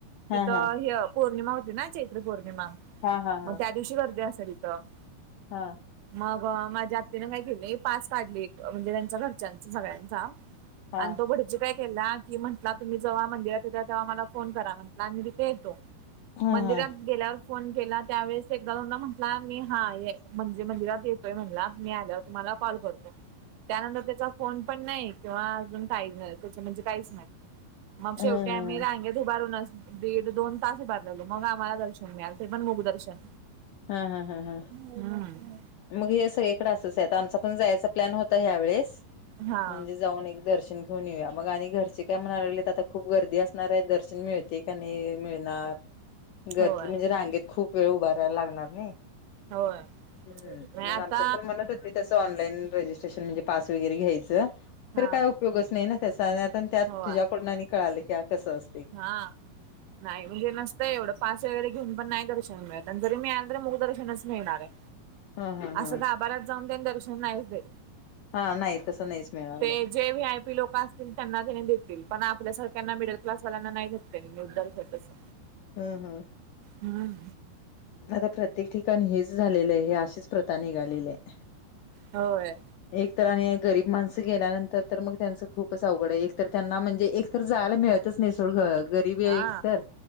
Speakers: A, on the left (about 80°); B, on the right (about 80°).
A: हा
B: तिथं
A: हा
B: ह पौर्णिमा होती ना चैत्र पौर्णिमा
A: हा हा हा हा
B: मग त्या दिवशी गर्दी असत तिथं
A: हा
B: मग माझ्या आत्तीने काय केलं पास काढले म्हणजे त्यांच्या घरच्यांचा सगळ्यांचा
A: हा हा
B: आणि तो भडजी काय केला की म्हटला तुम्ही जव्हा मंंदिवर तेव्हा मला फोन करा म्हटला आणि तिथे येतो
A: हा
B: मंदिरात
A: हा हा
B: गेल्यावर फोन केला त्यावेेळेस एकदा जोदा म्हटला मी हा ये म्हणजे मंदिरात येतोय म्हणला मी आल्यावर तुम्हाला कॉल करतो त्यानंतर त्याचा फोन पण नाही किंवा अजून काही त्या म्हणजे काहीच नाही मग शेवटी
A: हा
B: आम्ही रांगेत उभारूनच दीड दोन तास उभारलेलो मग आम्हाला दर्शन मिळाल ते पण मुग दर्शन
A: हा हा हा हा
B: हम्
A: मग हे सगळीकडे असच आहे आमचा पण जायचं प्लॅन होता हा वेळेस
B: हा
A: म्हणजे जाऊन एक दर्शन घन येऊया मग आणि घरचे काय म्हणायलागले तर आता खूप गर्दी असणार आहे दर्शन मिळते का मिळणार गर्दी
B: होय
A: म्हणजे रांगेत खूप वेळ उभारायला लागणार नाही
B: होय
A: हम्
B: नाही
A: मग
B: आता
A: आमच्यात पण म्हणतच तस ऑनलाईन रजिस्ट्रेशन म्हणजे पास वगैरे घ्यायचं
B: हा
A: तर काय उपयोगच नाही त्याचा आ त्यात
B: होय
A: तुझ्याकडून कळालं की कसं असतं
B: हा नाही म्हणजे नसतय एवढं पास वगैरे घेऊन पण नाही दर्शन मिळत आणि जरी मिळालं तरी मुख दर्शनच मिळणार आहे.
A: हा हा
B: आसं गाभाऱ्यात जाऊन तेन, दर्शन नाही होतय.
A: हा नाही तसं नाहीच मिळणार
B: ते
A: मग
B: जे व्हिआयपी लोक पास तेन त्यांना कणी घेतील पण, आपल्यासारख्यांना मिडल क्लास वाल्यांना नाही, भेटत दर्शन तसं.
A: हं हं.
B: हां.
A: आता प्रत्येक ठिकाणी हेच झालेलंय, ही अशीच प्रथा निघालेली ए
B: होय
A: एक तर आणि गरीब माणसं गेल्यानंतर तर, मग त्यांचं खूपच अवघड आहे. एक तर त्यांना म्हणजे एक तर जायला मिळतच नाही सोड, ग गरीब बी
B: हा
A: ए एकतर